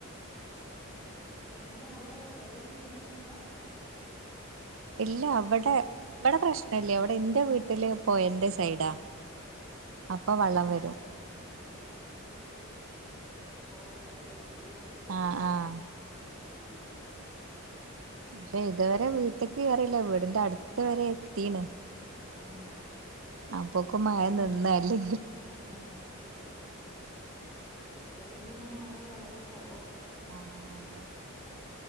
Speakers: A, in the centre; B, on the right.
A: എങ്ങനെയ അവിടെ വെള്ളം നിക്കുന്ന സ്ഥല
B: ഇല്ല അവിടെ ഇവിടെ പ്രശ്ന ഇല്ലേ അവിടെ എന്റെ വീട്ടില് പുഴയുടെ സൈഡാ
A: ആഹ
B: അപ്പൊ വെള്ളം വരും
A: ആഹ ആ പുഴവകത് ല്ലേ
B: ആഹ് ആഹ്
A: ആഹ
B: പക്ഷെ ഇതുവരെ
A: ഇവ്
B: വീട്ടേക്ക് കേയറില്ല വീടിന്റെറെ അടുത്ത വരെ എത്തിണ്
A: ആഹ
B: അപ്പൊക്കെ മഴ നിന്നല്ലേ
A: ആഹ അതെ ഇക്കൊല്ലം പിന്നെ മഴ വളരെ കുറച്ച
B: ആഹ അതെ